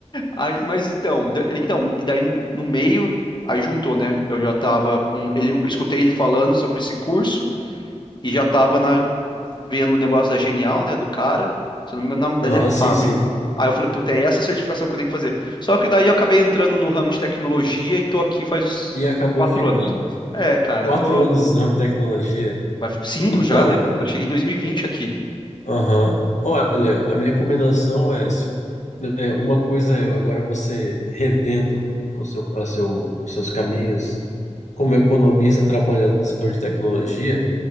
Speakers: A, on the left; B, on the left.
A: aí, mas então, da- então, e daí no no meio, aí juntou, né? Eu já tava com. Ele, eu escutei ele falando sobre esse curso e já tava na, vendo o negócio da Genial, né, do cara. Se eu não me engano, o nome
B: Aham,
A: dele é
B: sim,
A: Fábio.
B: sim.
A: Aí eu falei, puta, é essa certificação que eu tenho que fazer. Só que daí eu acabei entrando no ramo de tecnologia e tô aqui faz
B: E acabou
A: quatro
B: ficando.
A: anos. É, cara,
B: Quatro
A: tô.
B: anos na tecnologia.
A: vai- Cinco
B: Então,
A: já, né? Eu cheguei em 2020 aqui.
B: aham. Olha, a minha recomendação é, se, né, uma coisa é agora você revendo o seu, a seu, os seus caminhos como economista trabalhando no setor de tecnologia,